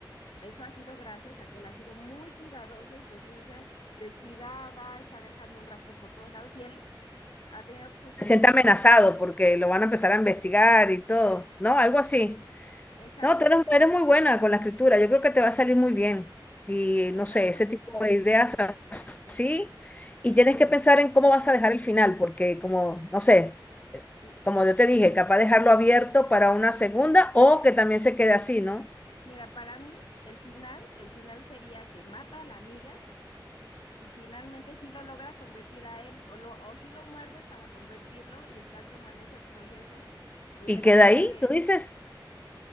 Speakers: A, on the left; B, on the left.
A: Eso ha sido gracias a que él ha sido muy cuidadoso y pues su hija es descuidada, está dejando un rastro por todos lados y él ha tenido justo
B: Se
A: que
B: siente
A: mandar
B: amenazado
A: a su...
B: porque lo van a empezar a investigar y todo. No, algo así.
A: Exacto,
B: No, tú eres, eres muy buena con la escritura. Yo creo que te va a salir muy bien. Y no
A: ¿no?
B: sé, ese
A: Pues
B: tipo de ideas sí y tienes que pensar en cómo vas a dejar el final, porque como, no sé,
A: m-
B: como yo te dije, capaz dejarlo abierto para una segunda o que también se quede así, ¿no?
A: mira, para mí el final, el final sería que mata a la amiga y finalmente sí lo logra convertir a él o, lo, o sí lo muerde para convertirlo y está como en ese proceso, pudiera
B: Y queda
A: ser
B: ahí,
A: que,
B: tú dices,